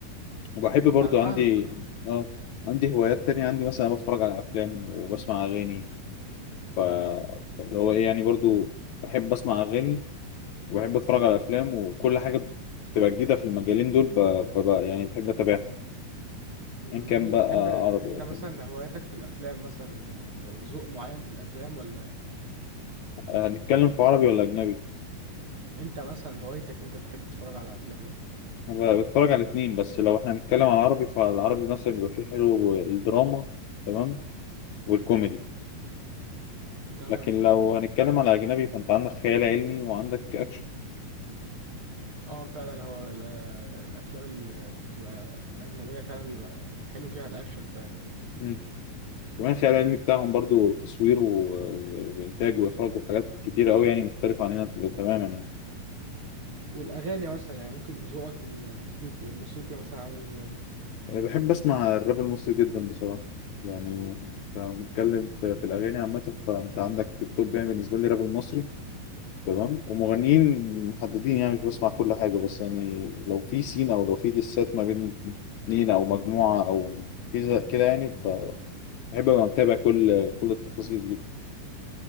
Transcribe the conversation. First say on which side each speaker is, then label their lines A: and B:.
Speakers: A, on the left; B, on the right.
A: وبحب برضو
B: انا فاهمك
A: عندي
B: اه
A: اه عندي هوايات تانية عندي مثلا بتفرج على افلام وبسمع اغاني ف اللي هو ايه يعني برضو بحب اسمع اغاني وبحب اتفرج على افلام وكل حاجة بتبقى جديدة في المجالين دول ب... ب... ب- يعني بحب اتابعها
B: طب بما
A: ان كان
B: انك
A: بقى
B: بتحب آه،
A: عربي
B: انت
A: او
B: مثلا
A: اجنبي
B: هواياتك في الافلام مثلا آه، ذوق معين في الافلام ولا
A: هنتكلم في عربي ولا اجنبي
B: انت مثلا هوايتك انت بتحب تتفرج على افلام ايه
A: أنا بتفرج على الاتنين بس لو احنا هنتكلم على العربي فالعربي مثلا بيبقى فيه حلو الدراما تمام والكوميدي
B: تمام
A: لكن لو هنتكلم على أجنبي فأنت عندك خيال علمي وعندك أكشن
B: اه فعلا هو ال- الافلام اللي بتبقى اجنبيه فعلا بيبقى الحلو فيها الاكشن فعلا
A: مم. كمان الخيال العلمي بتاعهم برضو تصوير و... و... وإنتاج وإخراج وحاجات كتيرة أوي يعني مختلفة عننا تماما يعني
B: والاغاني مثلا يعني ممكن ذوقك الموسيقي الموسيقي مثلا عامل ازاي
A: أنا بحب أسمع الراب المصري جدا بصراحة يعني لو هنتكلم في... في الأغاني عامة فأنت عندك التوب يعني بالنسبة لي الراب المصري تمام ومغنيين محددين يعني مش بسمع كل حاجة بس يعني لو في سين أو لو في ديسات ما بين اتنين أو مجموعة أو كذا كده يعني بحب أبقى متابع كل كل التفاصيل دي